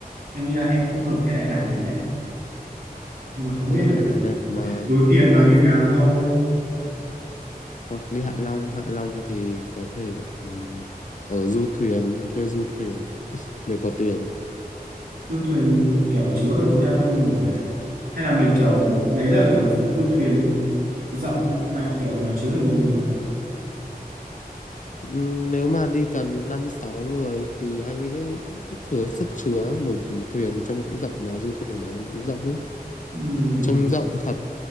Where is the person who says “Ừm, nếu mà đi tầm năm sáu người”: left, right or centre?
Left